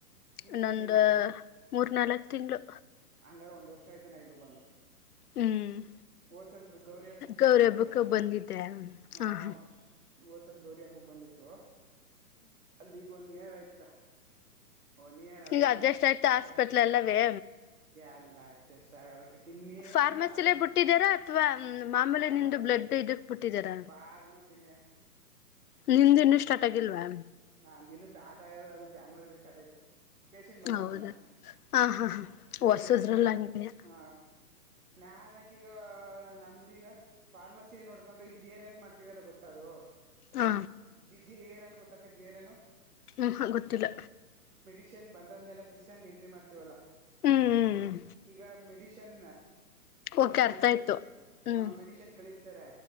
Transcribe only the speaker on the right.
ಇನ್ನು
ಎಷ್ಟ್ ತಿಂಗಳಿದೆ
ಹಂಗಾರ ಒಂದ್ ವರ್ಷ ಆಯ್ತು ನಾ ಇಲ್ಲಗ ಬಂದು
ಓದಸರಿ ಗೌರಿ ಹಬ್ಬಕ್ಕ ಇಲ್ಲಿ
ಬಂದಿದ್ದೆ
ನಾನು
ಹ್ಮ್
ಓದಸರಿ ಗೌರಿ ಹಬ್ಬಕ್ ತಗೋಂಡಿದ್ದು ಅಲ್ಲಿಗ ಒನ್ನಿಯರಯ್ತಾ ಓನೀರದಾಗ
ಚೇ
ಅಲ್ಲ ಅಡ್ಜಸ್ಟ್ ಆಗದಕ್ಕ ಇನೇನ
ಆರು ಏಳ
ತಿಂಗಳ
ಫಾರ್ಮಾಸಿನೇ
ಫಾರ್ಮ ಅಮಾಸೀನೆ
ನಾಂದ ಇನ್ನು ಸ್ಟಾರ್ಟ್ ಆಗದ ಅದು ಜನ್ವರಿಲಿ ಸ್ಟಾರ್ಟ್ ಆಯ್ತು ಪೇಶೆಂಟ್ ಬಂದಿರ್ತಾನ
ಪೇಶೆಂಟೇ
ಬರ್ತಿಲ್ಲ
ಹ ನಾನಕೀಗ ನಂದೀಗ ಫಾರ್ಮಸಿ ನೋಡ್ಕೊಂಡು ಈಗ ಜೇರ್ ಏನ್ ಮಾಡ್ ವಲ್ಲ ಗೊತ್ತದು
ಜಿ ಜಿ ಏರನ್ ಗೊತ್ತಕ ಜೀರೇನು
ನ್ ಬಂದ್ ಸಿಸ್ಟಮ್ ಎಂಟ್ರಿ ಮಾಡ್ತೀವಲ್ಲ
ಈಗ ಮೆಡಿಶನ್ ಈಗ
ಮೈಸೂರಿನ
ಹಾ ಮೆಡಿಶನ್ ಕಳಿಸ್ತಾರೆ